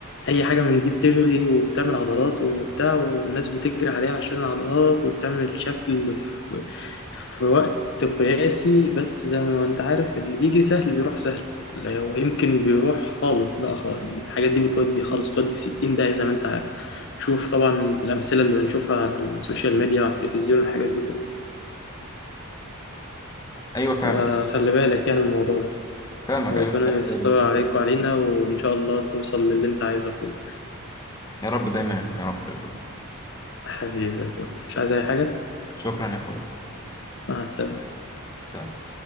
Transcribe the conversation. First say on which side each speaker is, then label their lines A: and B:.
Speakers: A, on the left; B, on the left.
A: اي حاجة من دي بتغلي وبتعمل عضلات وبتاع والناس بتجري عليها عشان العضلات وبتعمل شكل في, في وقت قياسي بس زي ما انت عارف اللي بيجي سهل بيروح سهل لو يمكن بيروح خالص بقى خالص. الحاجات دي بتودي خالص بتودي في 60 داهية زي ما انت عارف تشوف طبعا الأمثلة اللي بنشوفها على السوشيال ميديا وعلى التلفزيون والحاجات دي كلها
B: ايوه فاهمك
A: فخلي بالك يعني من الموضوع ده
B: فاهمك
A: وربنا
B: ايوه خدت
A: يستر
B: بالي وشكراً
A: عليك
B: لسألتني.
A: وعلينا وإن شاء الله توصل للي أنت عايزه يا أخويا
B: يا رب دايما يا رب يا ابوي
A: حبيبي يا أخويا مش عايز أي حاجة
B: شكرا يا اخويا
A: مع السلامة
B: سلام.